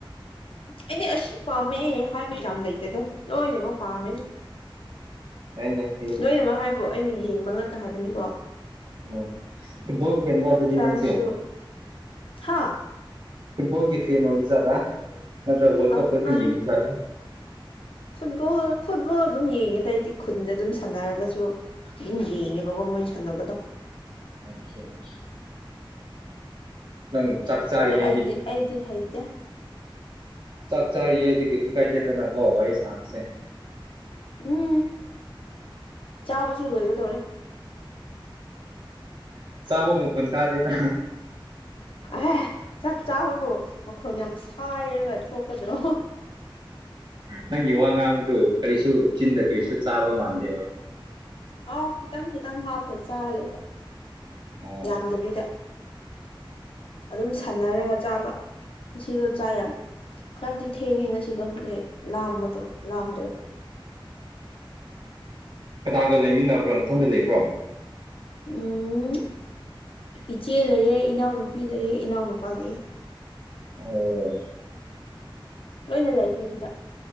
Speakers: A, on the left; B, on the right.
A: ꯑꯩꯅꯦ ꯑꯁꯨ ꯄꯥꯝꯃꯦ ꯍꯥꯏꯕ ꯌꯥꯝ ꯂꯩꯇꯦꯗ ꯂꯣꯏꯅꯃꯛ ꯄꯥꯝꯃꯦ
B: <unintelligible>
A: ꯂꯣꯏꯅꯃꯛ ꯍꯥꯏꯕꯨ ꯑꯩꯅ ꯌꯦꯡꯕ ꯉꯥꯛꯇꯥ ꯍꯥꯏꯕꯅꯤꯀꯣ
B: ꯎꯝ ꯐꯨꯠꯕꯣꯜ ꯐꯦꯟꯂꯣ ꯑꯗꯨꯗꯤ
A: ꯐ꯭ꯔꯥꯟꯁꯁꯨ
B: ꯅꯪꯁꯦ
A: ꯍꯥ
B: ꯐꯨꯠꯕꯣꯜꯒꯤ ꯐꯦꯟ ꯑꯣꯏꯕꯖꯥꯠꯂ ꯅꯠꯇ꯭ꯔ ꯋꯥꯔꯜꯀꯞ
A: ꯑꯥ
B: ꯈꯛꯇꯥ
A: ꯃꯥꯅꯤ
B: ꯌꯦꯡꯕ ꯖꯥꯠꯂ
A: ꯐꯨꯠꯕꯣꯜ ꯐꯨꯠꯕꯣꯜ ꯑꯗꯨꯝ ꯌꯦꯡꯉꯦꯗ ꯑꯩꯗꯤ ꯈꯨꯟꯗ ꯑꯗꯨꯝ ꯁꯥꯟꯅꯔꯒꯁꯨ ꯁꯨꯝ ꯌꯦꯡꯉꯦꯕꯀꯣ ꯃꯣꯏ ꯁꯥꯟꯅꯕꯗꯣ
B: <unintelligible> ꯅꯪ ꯆꯥꯛ ꯆꯥꯏ
A: ꯑꯗꯣ
B: <unintelligible>
A: ꯑꯩꯗꯤ ꯑꯩꯗꯤ ꯍꯩꯇꯦ
B: ꯆꯥꯛ ꯆꯥꯔꯤꯉꯩꯗꯤ ꯀꯩꯁꯨ ꯀꯥꯏꯗꯦꯗꯅꯀꯣ ꯋꯥꯔꯤ ꯁꯥꯕꯁꯦ
A: ꯎꯝ ꯆꯥꯕꯁꯨ ꯂꯣꯏꯒꯗꯧꯔꯦ
B: ꯆꯥꯕ ꯃꯈꯣꯟ ꯇꯥꯗꯦꯗ
A: ꯑꯦ ꯆꯥꯛ ꯆꯥꯕꯕꯨ ꯃꯈꯣꯟ ꯌꯥꯝ ꯁꯥꯏꯔꯒ ꯊꯣꯛꯀꯗ꯭ꯔꯣ
B: ꯅꯪꯒꯤ ꯋꯥ ꯉꯥꯡꯕꯗꯣ ꯀꯔꯤꯁꯨ ꯆꯤꯟꯗ ꯀꯔꯤꯁꯨ ꯆꯥꯕ ꯃꯥꯟꯗꯦꯕ
A: ꯑꯥꯎ ꯈꯤꯇꯪ ꯈꯤꯇꯪ ꯍꯥꯞꯄ ꯆꯥꯔꯦꯕ
B: ꯑꯣ
A: ꯌꯥꯝꯗꯕꯤꯗ ꯑꯗꯨꯝ ꯁꯥꯟꯅꯔꯒ ꯆꯥꯕ ꯉꯁꯤꯗꯣ ꯆꯥ ꯌꯥꯝ ꯈꯔꯗꯤ ꯊꯦꯡꯉꯦ ꯉꯁꯤꯗꯣ ꯍꯧꯖꯤꯛ ꯂꯥꯝꯕꯗꯣ ꯂꯥꯝꯗ꯭ꯔꯕ
B: ꯀꯅꯥꯒ ꯂꯩꯃꯤꯟꯅꯕ꯭ꯔꯣ ꯅꯊꯟ ꯂꯩꯕ꯭ꯔꯣ
A: ꯎꯝ ꯏꯆꯦ ꯂꯩꯌꯦ ꯏꯅꯥꯎꯅꯨꯄꯤ ꯂꯩꯑꯦ ꯏꯅꯥꯎꯅꯨꯄꯥ ꯂꯩꯑꯦ
B: ꯑꯣ
A: ꯂꯣꯏꯅ ꯂꯩꯈ꯭ꯔꯦ ꯁꯤꯗ